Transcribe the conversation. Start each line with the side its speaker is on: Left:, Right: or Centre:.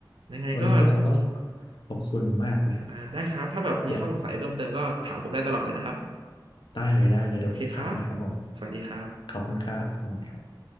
Right: ยังไงก็
Left: วันนี้ก็คงต้องขอบคุณมากเลยครับ
Right: อ่าได้ครับถ้าแบบมีข้อสงสัยเพิ่มเติมก็ถามผมได้ตลอดเลยนะครับ
Left: เดี๋ยวได้เลยได้เลยเดี๋ยวผมทักไปครับผม
Right: โอเคครับสวัสดีครับ
Left: ขอบคุณครับขอบคุณครับ